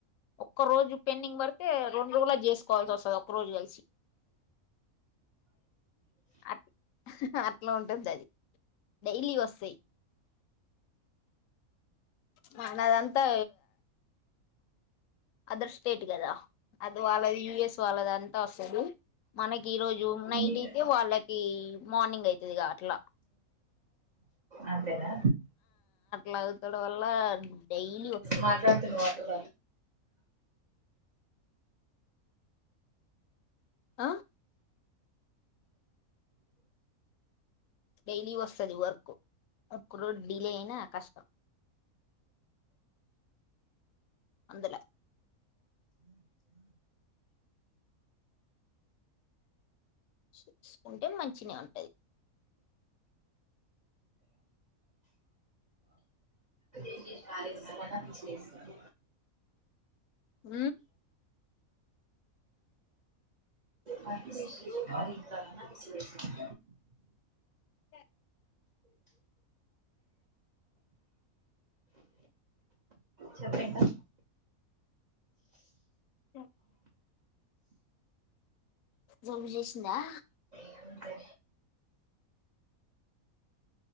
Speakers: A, on the left (about 70°); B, on the right (about 40°).
A: ఒక్క రోజు పెండింగ్ పడితే రెండు రోజులా చేసుకోవాల్సి వస్తుంది ఒక రోజు కలిసి అ అట్లా ఉంటుంది అది డైలీ వస్తాయి మనదంతా అదర్ స్టేట్ కదా అది వాళ్ళది యయుఎస్ వాళ్ళది అంతా వస్తుంది మనకి ఈ రోజు నైట్
B: మీకు
A: అయితే వాళ్ళకి మార్నింగ్ అవుతుదిగా అట్లా
B: అంతేదా
A: లా అగుతాడు వల్ల డైలీ వస్తది
B: మాటం తను మాటద
A: ఆ డైలీ వస్తుది వర్క్ వర్క్ ఒక రోజు డిలే అయినా కష్టం అందులే చూసుకుంటే మంచిిన ఉంటది
B: చేసి ఖాళీ ఉండాలన్నా పిచ్చి వేస్తాను
A: అ
B: వర్క్ చేసి ఖాళీ ఉండాలన్నా పిచ్చి వేస్తాను
A: అ
B: చెప్పు ఇంకా
A: ఓ జోబు చేసిందా
B: ఏమంటే